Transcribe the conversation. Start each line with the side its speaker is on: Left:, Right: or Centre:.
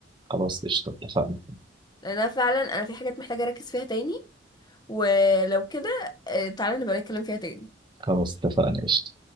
Right: خلاص قشطة اتفقنا
Left: لان انا فعلا انا في حاجات محتاجه اركز فيها تاني ولو كده آه، تعالى نبقى نتكلم فيها تاني
Right: خلاص اتفقنا قشطة